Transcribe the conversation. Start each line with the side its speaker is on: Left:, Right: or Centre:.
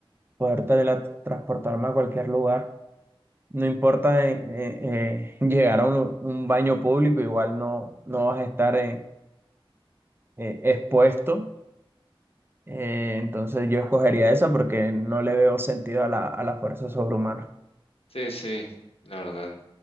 Right: poder teletransportarme a cualquier lugar. No importa eh, eh, eh, llegar a un, un baño público, igual no, no vas a estar eh, eh, expuesto. Eh, entonces yo escogería esa porque no le veo sentido a la, a la fuerza sobrehumana.
Left: Sí, sí, la verdad.